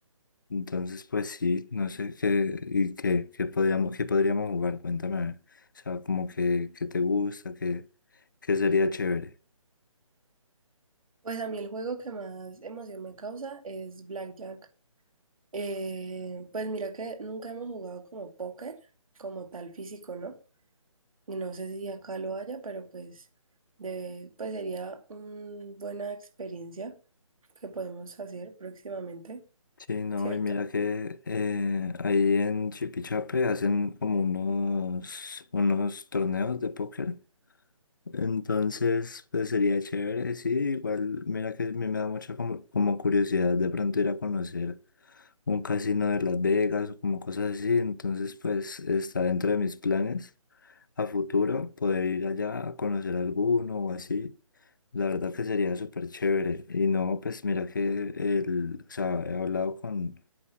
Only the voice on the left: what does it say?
Entonces, pues sí, no sé qué, y qué, qué podríamos, qué podríamos jugar, cuéntame, a ver. O sea, como que, qué te gusta, qué, qué sería chévere.
Sí, no,
y mira que eh, ahí en Chipichape hacen como unos, unos torneos de póker. Entonces, pues sería chévere, sí, igual, mira que a mí me da mucha como, como curiosidad de pronto ir a conocer un casino de Las Vegas o como cosas así. Entonces, pues está dentro de mis planes a futuro poder ir allá a conocer alguno o así. La verdad que sería súper chévere. Y no, pues mira que el, o sea, he hablado con